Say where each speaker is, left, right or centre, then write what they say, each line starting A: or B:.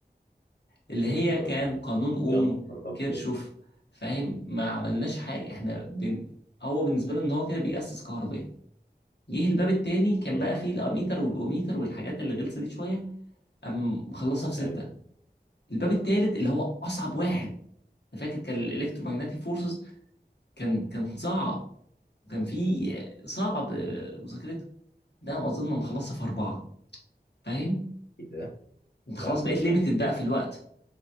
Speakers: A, on the left; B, on the left.
A: اللي
B: يا
A: هي
B: نهار
A: كان
B: أبيض
A: قانون اوم
B: يا نهار أبيض
A: كيرشوف فاهم ما عملناش حاجه احنا بن... هو بالنسبه له ان هو كده بيأسس كهربية جه الباب التاني كان
B: امم
A: بقى فيه الاميتر والاوميتر والحاجات اللي غلسه دي شويه قام مخلصها بسته
B: أيوه
A: الباب التالت اللي هو اصعب واحد انا فاكر كان الالكترومagnetic فورسز كان كان صعب كان فيه صعب آه، مذاكرته ده انا اظن مخلصها في اربعه فاهم
B: إيه ده؟
A: انت
B: لا
A: خلاص
B: لا
A: بقيت ليميتد
B: لا
A: بقى في الوقت